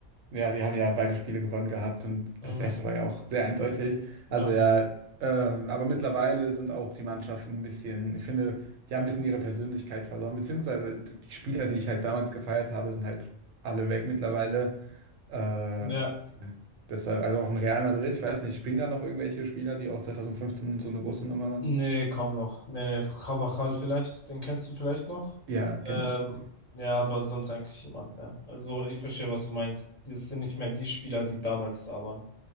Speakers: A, on the right; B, on the left.
A: Ja, die haben ja beide Spiele gewonnen gehabt und
B: Mhm.
A: das erste war ja auch sehr eindeutig.
B: Ja.
A: Also ja, ähm, aber mittlerweile sind auch die Mannschaften ein bisschen, ich finde, die haben ein bisschen ihre Persönlichkeit verloren, beziehungsweise die Spieler, die ich halt damals gefeiert habe, sind halt alle weg mittlerweile. Äh,
B: Ja,
A: ja. deshalb, also auch in Real Madrid, ich weiß nicht, spielen da noch irgendwelche Spieler, die auch 2015 so eine große Nummer waren?
B: nee, kaum noch. Nee, nee, Carvajal vielleicht, den kennst du vielleicht noch.
A: Ja,
B: Ähm,
A: kenne ich.
B: ja, aber sonst eigentlich niemand mehr. Also ich verstehe, was du meinst. Das sind nicht mehr die Spieler, die damals da waren.